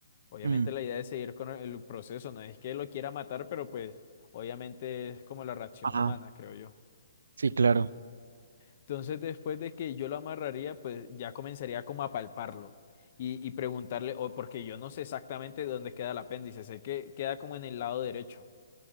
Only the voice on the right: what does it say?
Mm,
Ajá,
sí, claro.